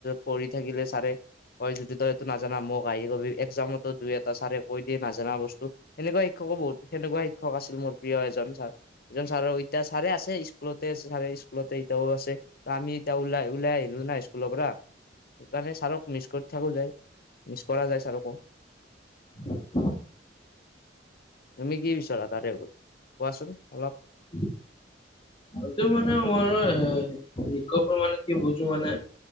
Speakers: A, on the left (about 55°); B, on the left (about 30°).
A: পঢ়ি থাকিলে চাৰে হয় যদি তই এইটো নাজানা মোক আহি কবি। একজামতো দুই এটা ছাৰে কৈ দিয় নাজানা বস্তু। সেনেকুৱাই, শিক্ষকো বহুত, সেনেকুৱা শিক্ষক আছিল। মোৰ প্ৰিয় এজন ছাৰ। এজন ছাৰ এতিয়া ছাৰে আছে, স্কুলতে ছাৰে স্কুলতে এতিয়াও আছে। ত' আমি এতিয়া ওলাই, ওলাই আহিলোঁ না স্কুলৰ পৰা। সেইকাৰণে ছাৰক মিছ কৰি থাকোঁ যায়। মিছ কৰা যায় ছাৰকো।
B: উ
A: তুমি কি বিচাৰা। তাতে হ'ল কোৱাচোন অলপ।
B: উম্। সেইটো মানে মোৰো মানে কি বুজো মানে।